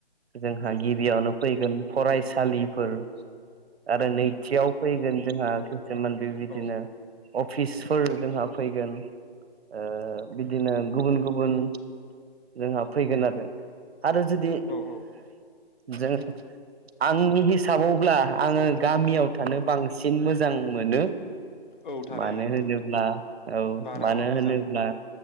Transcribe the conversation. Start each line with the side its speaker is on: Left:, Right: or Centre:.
Right: जोंहा गिबियावनो फैगोन फरायसालिफोर आरो नैथियाव फैगोन जोंहा खिसुमान बेबायदिनो
Left: औ
Right: अफिसफोर जोंहा फैगोन ओ बिदिनो गुबुन गुबुन जोंहा फैगोन आरो आरो जुदि
Left: औ औ
Right: जों आंनि हिसाबावब्ला आङो गामियाव थानो बांसिन मोजां मोनो
Left: औ थारैनो
Right: मानो
Left: नोंथां
Right: होनोब्ला औ
Left: बारहावा
Right: मानो
Left: मोजां
Right: होनोब्ला